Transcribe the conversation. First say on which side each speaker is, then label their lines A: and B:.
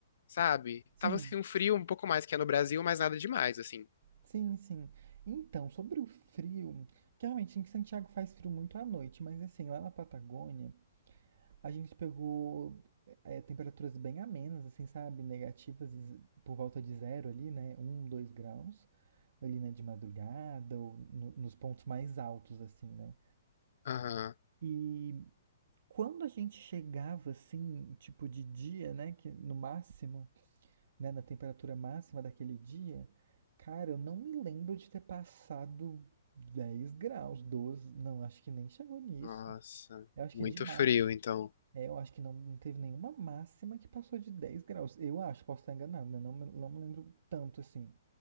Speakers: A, on the left (about 50°); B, on the right (about 50°).
A: sabe?
B: Sim.
A: Tava assim, um frio um pouco mais que é no Brasil, mas nada demais, assim.
B: Sim, sim. Então, sobre o frio, que realmente em Santiago faz frio muito à noite, mas assim, lá na Patagônia. A gente pegou é, temperaturas bem amenas, assim, sabe? Negativas e- por volta de zero ali, né? Um, dois graus. Ali, né? De madrugada ou no- nos pontos mais altos, assim, né?
A: Aham.
B: E quando a gente chegava, assim, tipo de dia, né? Que no máximo, né? Na temperatura máxima daquele dia, cara, eu não me lembro de ter passado 10 graus, doze Não, acho que nem chegou nisso.
A: Nossa.
B: Eu acho
A: Muito
B: que de máximo.
A: frio, então.
B: É, eu acho que não, não teve nenhuma máxima que passou de 10 graus. Eu acho, posso estar enganado, né? Não, me- não me lembro tanto assim.